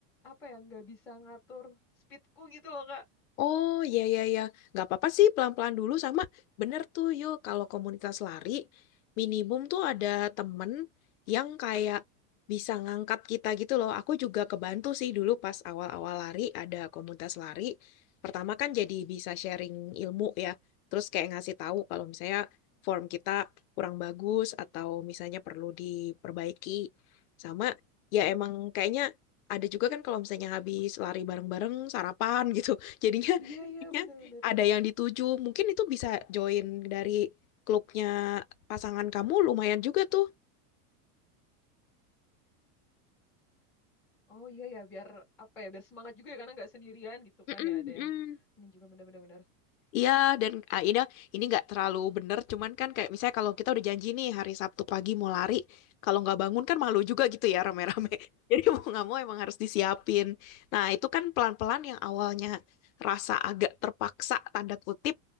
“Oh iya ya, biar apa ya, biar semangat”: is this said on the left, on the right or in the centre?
Centre